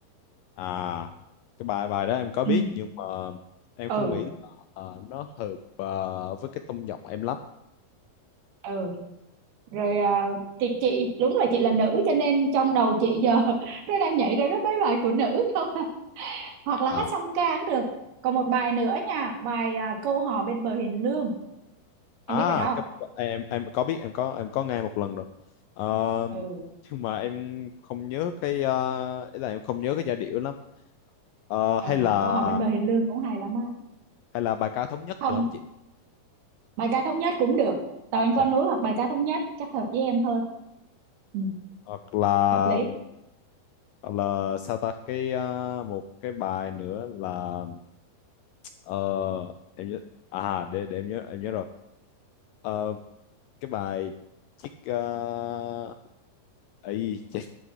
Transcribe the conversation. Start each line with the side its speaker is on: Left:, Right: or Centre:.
Left: À cái bài bài đó em có biết
Right: ừ
Left: nhưng mà em
Right: ừ
Left: không nghĩ là ờ, nó hợp ờ, với cái tông giọng em lắm.
Right: ừ rồi à, chị chị đúng là chị là nữ cho nên trong đầu chị giờ <laughs> nó đang nhảy ra cái mấy bài của nữ không à. hoặc là
Left: À
Right: hát song ca cũng được còn một bài nữa nha bài à, câu hò bên bờ hiền lương em
Left: à
Right: biết bài đó không
Left: cái, em em có biết em có em có nghe một lần rồi. Ờ,
Right: ừ
Left: nhưng mà em không nhớ cái ờ, ý là em không nhớ cái giai điệu lắm. Ờ,
Right: Ờ,
Left: hay là
Right: câu hỏi bên bờ hiền lương cũng hay lắm á
Left: hay là bài ca thống nhất
Right: không
Left: được không chị?
Right: bài ca thống nhất cũng được tàu anh con
Left: Dạ.
Right: núi hoặc bài ca thống nhất chắc hợp với em hơn ừ,
Left: Hoặc là
Right: hợp lý
Left: Hoặc là sao ta cái à, một cái bài nữa là ờ, em nhớ à để để em nhớ em nhớ rồi Ờ, cái bài chiếc uh, ấy chết